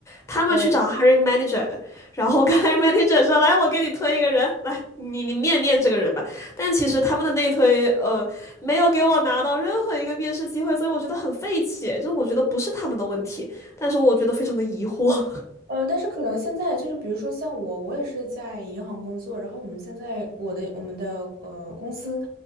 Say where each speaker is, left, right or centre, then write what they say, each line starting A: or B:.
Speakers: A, on the left (about 15°); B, on the right (about 50°).
A: 他们去找
B: 哦。
A: hiring manager，然后跟
B: 嗯。
A: hiring manager 说：“来，我给你推一个人，来，你你面面这个人吧。”但其实他们的内推，呃，没有给我拿到任何一个面试机会，所以我觉得很费解。就我觉得不是他们的问题，但是我觉得非常的疑惑。
B: 呃，但是可能现在就是，比如说像我，我也是在银行工作，然后我们现在我的我们的呃公司，